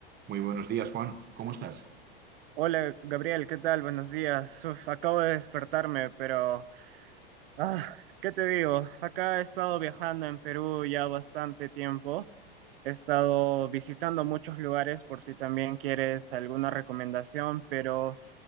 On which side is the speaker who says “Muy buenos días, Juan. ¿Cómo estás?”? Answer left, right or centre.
Right